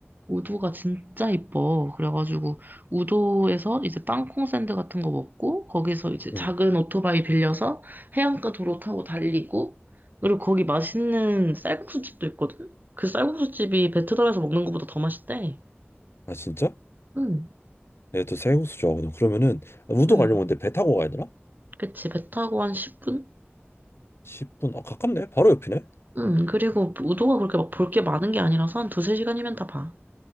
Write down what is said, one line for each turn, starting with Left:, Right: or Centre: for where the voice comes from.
Right: 우도가 진짜 이뻐. 그래가지고 우도에서 이제 땅콩 샌드 같은 거 먹고 거기서 이제
Left: 음.
Right: 작은 오토바이 빌려서 해안가 도로 타고 달리고 그리고 거기 맛있는 쌀국수집도 있거든. 그 쌀국수집이 배에서 먹는 것보다 더 맛있대.
Left: 아 진짜?
Right: 응,
Left: 내가 또 쌀국수 좋아하거든. 그러면은 아, 우도
Right: 응,
Left: 가려면 근데 배 타고 가야 되나?
Right: 그치. 배 타고 한 10분?
Left: 10분. 아 가깝네. 바로 옆이네.
Right: 응, 그리고 우도가 그렇게 막 볼
Left: 음,
Right: 게 많은 게 아니라서 한 두세 시간이면 다 봐.